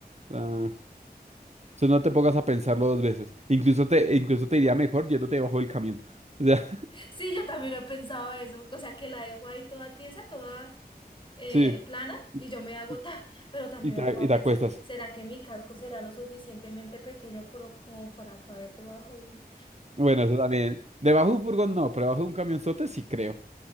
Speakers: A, on the right; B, on the left.
A: Ah, eso no te pongas a pensarlo dos veces. Incluso te, incluso te iría mejor yéndote debajo del camión. <laughs> O sea,
B: Sí, yo también he pensado eso. O sea, que la dejo ahí toda tiesa, toda eh,
A: sí.
B: plana y yo me hago
A: Y,
B: ta. Pero también
A: y te,
B: me puedo
A: y
B: pensar,
A: te acuestas.
B: ¿será que mi casco será lo suficientemente pequeño por, como para caber debajo de un...
A: Bueno, eso también. Debajo de un furgón no, pero debajo de un camionzote sí creo.